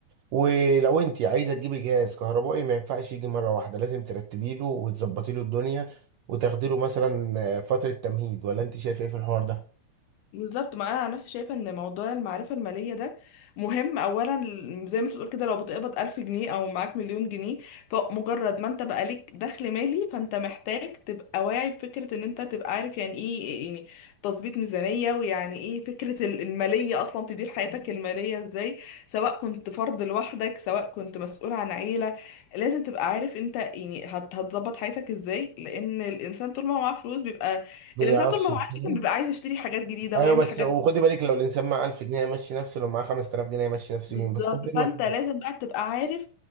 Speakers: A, on the right; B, on the left.
A: ولو انت عايزه تجيبي جهاز كهربائي ما ينفعش يجي مره واحده لازم ترتبي له وتظبطي له الدنيا وتاخدي له مثلا آه، فتره تمهيد ولا انت شايف ايه في الحوار ده؟
B: بالظبط ما انا عن نفسي شايفه ان موضوع المعرفه الماليه ده مهم اولا زي ما انت بتقول كده لو بتقبض ألف جنيه او معاك مليون جنيه فمجرد ما انت بقى ليك دخل مالي فانت محتاج تبقى واعي بفكره ان انت تبقى عارف يعني ايه يعني تظبيط ميزانيه ويعني ايه فكره ال- الماليه اصلا تدير حياتك الماليه ازاي سواء كنت فرد لوحدك سواء كنت مسؤول عن عيله لازم تبقى عارف انت يعني هت- هتظبط حياتك ازاي لان الانسان طول ما هو معاه فلوس بيبقى
A: بيعرفش
B: الانسان طول ما هو
A: <laughs>
B: عايش اصلا بيبقى عايز يشتري حاجات جديده
A: ايوه
B: ويعمل
A: بس
B: حاجات
A: وخدي بالك لو الانسان معاه 1000 جنيه يمشي نفسه لو معاه 5000 جنيه يمشي نفسه
B: بالظبط
A: يوم بس قبل
B: فانت لازم بقى تبقى عارف